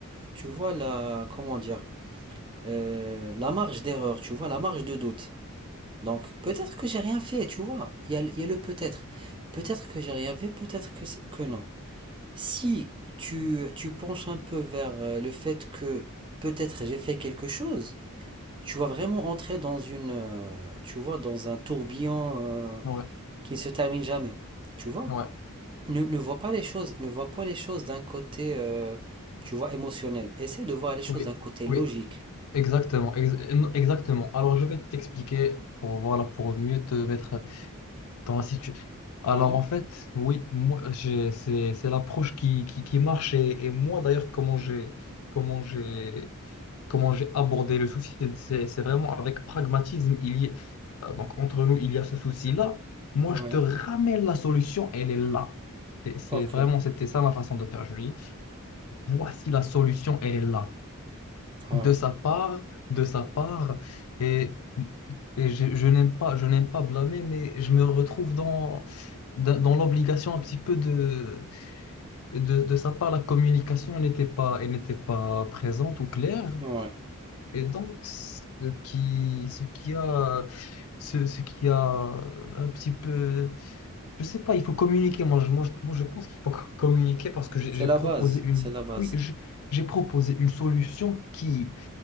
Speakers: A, on the right; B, on the left.
A: tu vois, la, comment dire, euh, la marge d'erreur, tu vois, la marge de doute. Donc, peut-être que j'ai rien fait, tu vois, il y a, il y a le peut-être. Peut-être que j'ai rien fait, peut-être que, que non. Si tu, tu penches un peu vers euh, le fait que peut-être j'ai fait quelque chose, tu vas vraiment entrer dans une, euh, tu vois, dans un tourbillon. euh,
B: Ouais,
A: qui ne se termine jamais. Tu vois
B: ouais,
A: ne, ne vois pas les choses, ne vois pas les choses d'un côté, euh, tu vois, émotionnel. Essaie de voir les choses
B: oui,
A: d'un côté
B: oui,
A: logique.
B: exactement, ex- exactement. Alors, je vais t'expliquer pour, voilà, pour mieux te mettre Dans la situ- Alors
A: Oui,
B: en fait, oui, moi j'ai- c'est c'est l'approche qui, qui, qui marche et, et moi d'ailleurs comment j'ai comment j'ai comment j'ai abordé le souci, c'est c'est- c'est vraiment avec pragmatisme. Il y a- euh, donc entre nous, il y a ce souci-là. Moi,
A: oui,
B: je te ramène la solution, elle est là. C'est c'est
A: ok,
B: vraiment c'était ça ma façon de faire, Julie. Voici la solution, elle est là
A: ouais,
B: de sa part, de sa part, et, et je, je n'aime pas, je n'aime pas blâmer, mais je me retrouve dans, dans, dans l'obligation un petit peu de, de, de sa part, la communication n'était pas, elle n'était pas présente ou claire,
A: ouais.
B: et donc ce qui, ce qui a, ce, ce qui a un petit peu, je sais pas, il faut communiquer, moi je, moi, je moi, je pense qu'il faut communiquer parce que j'ai
A: C'est
B: j'ai
A: la
B: proposé
A: base,
B: une,
A: c'est la base.
B: oui, je- j'ai proposé une solution qui